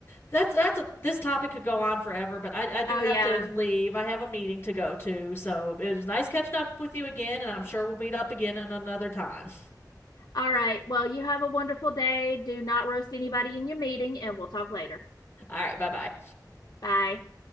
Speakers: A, on the left; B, on the left.
A: that's that's a this topic could go on forever, but I I do
B: Oh,
A: have
B: yeah.
A: to leave. I have a meeting to go to, so it was nice catching up with you again, and I'm sure we'll meet up again in another time.
B: All right. Well, you have a wonderful day. Do not roast anybody in your meeting, and we'll talk later.
A: All right, bye bye.
B: Bye.